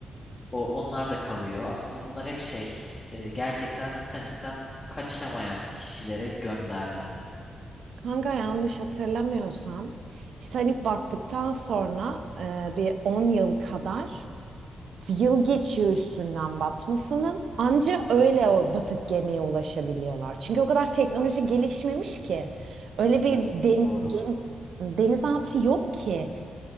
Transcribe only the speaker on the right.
Kanka yanlış hatırlamıyorsam Titanic battıktan sonra e, bir 10 yıl kadar yıl geçiyor üstünden batmasının. Anca öyle
o batık gemiye ulaşabiliyorlar. Çünkü o kadar teknoloji gelişmemiş ki. Öyle bir
den-
gen- denizaltı yok ki.